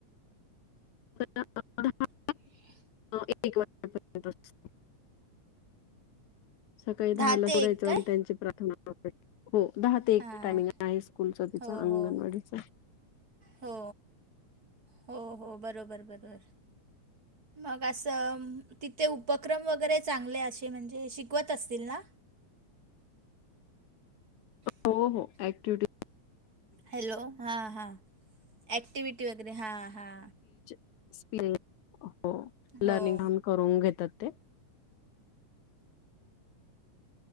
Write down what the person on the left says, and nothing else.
<unintelligible>
<unintelligible> सकाळी दहाला
सोडायचं
म त्यांची प्रार्थना हो दहा ते एक
टायमिंग आहे स्कूलचा तिच
अंगणवाडीचा.
हो हो ऍक्टिव्हिटी
<unintelligible> हो हो लर्निंग
पण करून घेतात ते